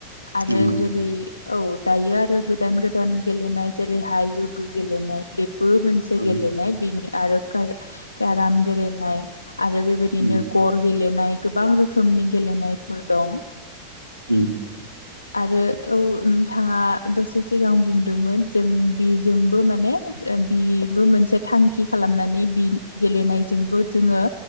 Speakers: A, on the left; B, on the right.
A: आरो
B: नंगौ
A: जेरै औ दायो आरो गोदान गोदान गेलेनाय जेरैहाय लुदु गेलेनाय बे बो मोनसे
B: औ
A: गेलेनाय बिनि आरो कोर केराम गेलेनाय आरो बेबायदिनो
B: उम
A: गर गेलेनाय गोबां रोखोमनि गेलेनायफोर दं
B: ओम
A: आरो औ नोंथाङा दसे सिगां बुंदोंमोन जों बिजोंबो माने ओ बिबो मोनसे थांखि खालामनानै बि गेलेनायजोंबो जोङो